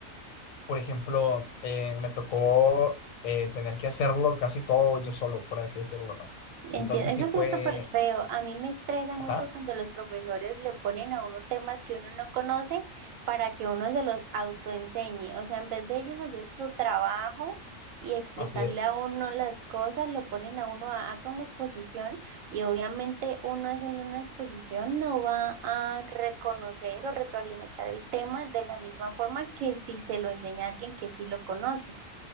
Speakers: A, on the left; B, on the right.
A: por ejemplo, eh, me tocó eh, tener que hacerlo casi todo yo solo, por así decirlo, ¿no?
B: entiendo.
A: Entonces
B: Eso
A: sí fue,
B: sí es súper feo. A mí me estresa
A: ajá,
B: mucho cuando los profesores le ponen a uno temas que uno no conoce para que uno se los autoenseñe. O sea, en vez de ellos hacer su trabajo y explicarle
A: así es,
B: a uno las cosas, lo ponen a uno a haga una exposición y obviamente uno haciendo una exposición no va a reconocer o retroalimentar el tema de la misma forma que si se lo enseña a alguien que sí lo conoce.